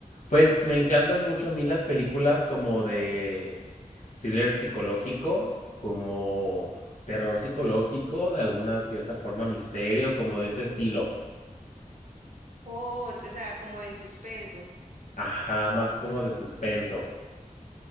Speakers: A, on the left; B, on the right.
A: Pues me encantan mucho a mí las películas como de thriller psicológico, como terror psicológico, de alguna cierta forma misterio, como de ese estilo.
B: Oh, ent- o sea, como de suspenso.
A: Ajá, más como de suspenso.